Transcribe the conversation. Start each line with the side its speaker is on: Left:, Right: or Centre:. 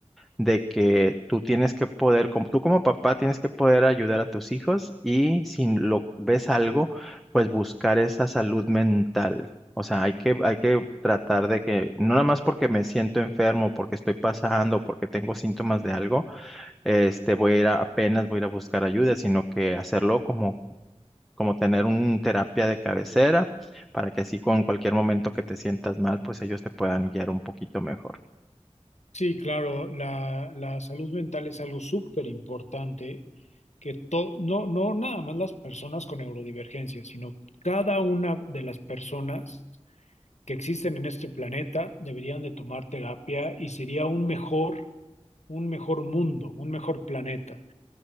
Centre: de que tú tienes que poder, como, tú como papá tienes que poder ayudar a tus hijos y si lo ves algo, pues buscar esa salud mental. O sea, hay que, hay que tratar de que, no nada más porque me siento enfermo, porque estoy pasando, porque tengo síntomas de algo, este, voy a ir a- apenas voy a ir a buscar ayuda, sino que hacerlo como, como tener una terapia de cabecera para que así con cualquier momento que te sientas mal, pues ellos te puedan guiar un poquito mejor.
Left: Sí, claro, la, la salud mental es algo súper importante que to- no, no nada más las personas con neurodivergencia, sino cada una de las personas que existen en este planeta deberían de tomar terapia y sería un mejor, un mejor mundo, un mejor planeta.